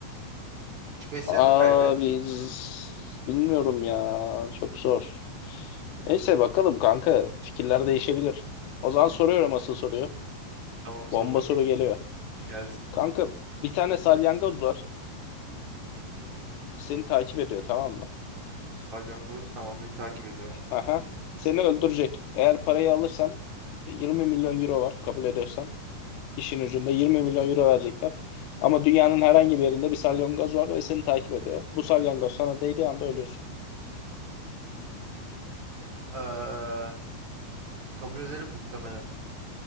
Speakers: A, on the right; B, on the left.
A: üç beş seneni
B: Abi
A: kaybet.
B: z- bilmiyorum ya çok zor. Neyse bakalım kanka fikirler değişebilir. O zaman soruyorum asıl soruyu.
A: Tamam sor
B: Bomba
A: bakayım.
B: soru geliyor.
A: Gelsin.
B: Kanka bir tane salyangoz var. Seni takip ediyor tamam mı?
A: Salyangoz tamam beni takip ediyor.
B: Aha. Seni öldürecek. Eğer parayı alırsan 20 milyon euro var kabul ediyorsan. İşin ucunda 20 milyon euro verecekler. Ama dünyanın herhangi bir yerinde bir salyangoz var ve seni takip ediyor. Bu salyangoz sana değdiği anda ölüyorsun.
A: Ee, kabul ederim muhtemelen.